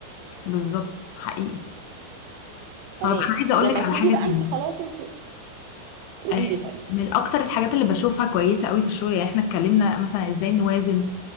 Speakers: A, on the left; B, on the right.
A: بالظبط حقيقي
B: تمام
A: طيب انا عايزه اقول
B: لما
A: لك على
B: تيجي
A: حاجه
B: بقى
A: تاني
B: انت خلاص انت قولي
A: آه،
B: لي طيب
A: من اكتر الحاجات اللي بشوفها كويسه قوي في الشغل يعني احنا اتكلمنا مثلا ازاي نوازن